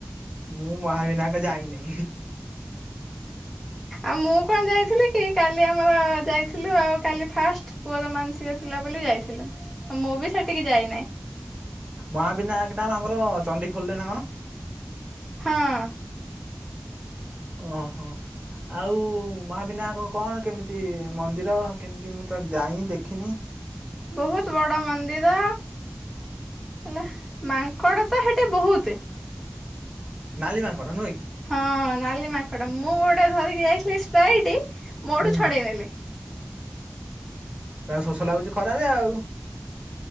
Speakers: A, on the right; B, in the centre.
A: ମୁଁ ମହାବିନାୟକ ଯାଇନି।
B: ଆଉ ମୁଁ କଣ ଯାଇଥିଲି କି କାଲି ଆମର ଯାଇଥିଲୁ ଆଉ କାଲି ଫାଷ୍ଟ। ପୁଅର ମାନସିକ ଥିଲା ବୋଲି ଯାଇଥିଲୁ ମୁଁ ବି ସେଠିକି ଯାଇନାହିଁ।
A: ମହାବିନାୟକ ଟା ଆମର ଚଣ୍ଡି ଖୋଲିଲେ ନା କଣ?
B: ହଁ।
A: ଓହୋ। ଆଉ ମହାବିନାୟକ କଣ କେମିତି ମନ୍ଦିର କେମିତି ମୁଁ ତ ଯାଇନି ଦେଖିନି?
B: ବହୁତ ବଡ ମନ୍ଦିର ହେଲା ମାଙ୍କଡ ତ ହେଠି ବହୁତ
A: ନାଲି ମାଙ୍କ ନୁହେଁ କି?
B: ହଁ ନାଲି ମାଙ୍କଡ ମୁଁ ଗୋଟେ ଧରିକି ଯାଇଥିଲି ସ୍ପାଇରଟେ ମୁଠୁ
A: ହୁଁ
B: ଛଡେଇ ନେଲି
A: ତାଙ୍କୁ ଶୋଷ ଲାଗୁଛି ଖରାରେ ଆଉ